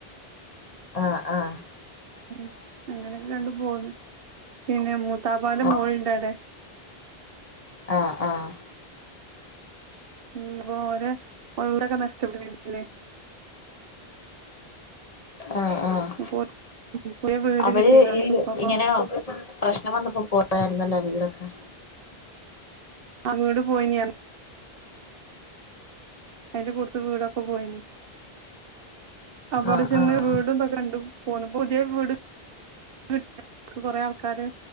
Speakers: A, on the left; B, on the right.
A: ആഹ് ആഹ്
B: ഉം അങ്ങനൊക്കെ കണ്ട് പോന്ന് പിന്നെ മൂത്താപാന്റെ
A: ആഹ്
B: മോള്ണ്ടവ്ടെ
A: ആഹ് ആഹ്
B: ഉം ഓരെ വീടൊക്കെ നഷ്ടപ്പെട്ട്‌ ല്ലെ?
A: ആഹ് ആഹ്
B: അപ്പൊ പുതിയ വീട്
A: അവര്
B: കിട്ടീന് ഓൽക്ക്
A: ഈ
B: ഇപ്പപ്പൊ
A: ഇങ്ങന പ്രശ്നം വന്നപ്പോ പോയായിരുന്നല്ലേ വീടൊക്കെ
B: അഗണ്ട് പോയിന്യാന്ന് അയ്ന്റെ കൂട്ത്ത് വീടൊക്കെ പോയ്നി അപ്പൊടെ
A: ആഹ്
B: ചെന്ന്
A: ആഹ്
B: വീടുംന്തൊക്കെ കണ്ടു പോന്നപ്പോ പുത് യെ വീട് ട്ടക്ക് കൊറെ ആൾക്കാര്